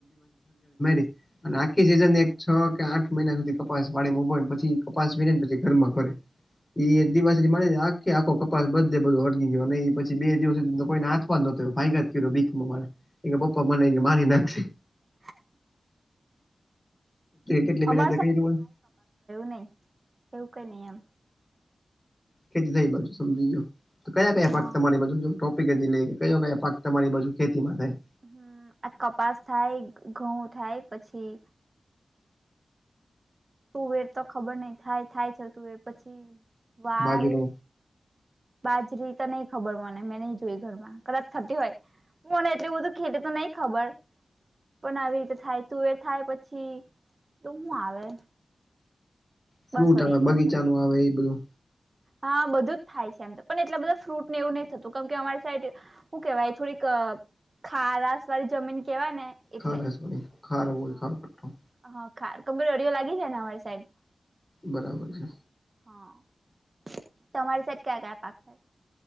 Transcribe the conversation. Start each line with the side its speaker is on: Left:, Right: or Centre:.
Left: <unintelligible> અને આખી સીઝન એક છ કે આઠ મહિના સુધી કપાસ પાણીમા વાળે મોબાઈ પછી કપાસ વને પછી ઘરમાં ફરે દિવસ મા આખે આખો કપાસ બધે બધો હટકીી ગયો પછી બે દિવસ સુધી કોઈને હા <unintelligible> મારે એ પપા મને મારી નાખશે
Right: <unintelligible>
Left: કેટલી
Right: <unintelligible> એવું
Left: મહેનત કરી હોય
Right: નહી એવું કઈ નહી એમ
Left: ખેતી થઈ બાજુ સમજી ગયો તો કયા કયા
Right: હા
Left: પાક તમારી બાજુ જો ટોપિક જ લઈએ કે કયો કયા પાક તમારી બાજુ ખેતી માં થાય
Right: હમ આ કપાસ થાય ઘઉં થાય પછી તું વેર તો ખબર નઈ થાય થાય છે તું વેર પછી વાલ
Left: બાજરો
Right: બાજરી તો નહી ખબર મને મેં નહી જોય ઘરમાં કદાચ થતી હોય <unintelligible> નહીં ખબર પણ આવી રીતે થાય તુવેર થાય પછી તો હું આવે
Left: ફ્રૂટ
Right: બસ વળી
Left: આવે
Right: એટલું
Left: બગીચાનું
Right: થતું
Left: આવે એ બધું
Right: હા બધું જ થાય છે એમ તો પણ એટલા બધા ફ્રૂટ ને એવું નહીં થતું કેમ કે અમારી સાઈડ. શું કેવાય થોડીક ખારાસ વાળી જમીન કેવાય ને. એટલે
Left: ખા લ ખા
Right: હા
Left: બો ખો પો. <unintelligible>
Right: હા ખાર કમ્ દરિયો લાગી જાય ને અમારી સાઈડ.
Left: બરાબર છે.
Right: હા, તમારી સાઈડ કયા કયા પાક થાય?